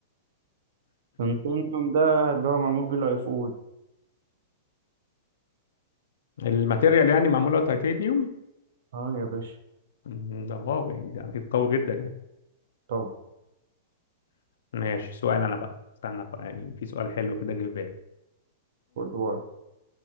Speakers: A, on the right; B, on the left.
A: تنتينيوم ده اللي هو معمول بيه الايفون
B: الماتيريال يعني معمولة تيتانيوم
A: اه يا باشا
B: مم، ده واو يعني ده اكيد قوي جدا يعني
A: طبعا
B: ماشي سؤال انا بقى استنى بقى يعني في سؤال حلو كده جه في بالي
A: خد وقت